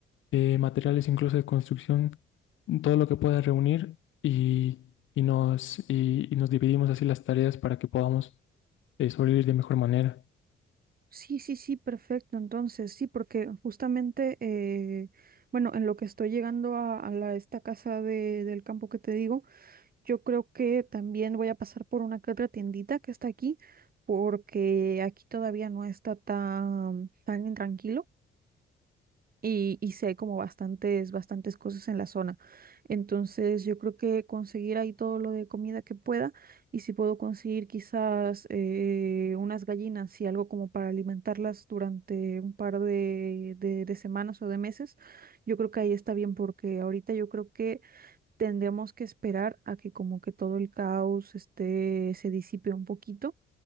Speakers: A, on the left; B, on the right.
A: eh, materiales incluso de construcción, todo lo que pueda reunir y, y nos, y y nos dividimos así las tareas para que podamos eh, sobrevivir de mejor manera.
B: Sí, sí, sí, perfecto. Entonces, sí, porque justamente, eh, bueno, en lo que estoy llegando a, a la, esta casa de- del campo que te digo, Yo creo que también voy a pasar por una que otra tiendita que está aquí, porque aquí todavía no está tan, tan tranquilo y, y sí hay como bastantes, bastantes cosas en la zona. Entonces yo creo que conseguir ahí todo lo de comida que pueda y si puedo conseguir quizás eh, unas gallinas y algo como para alimentarlas durante un par de, de de semanas o de meses, yo creo que ahí está bien porque ahorita yo creo que tendremos que esperar a que como que todo el caos este, se disipe un poquito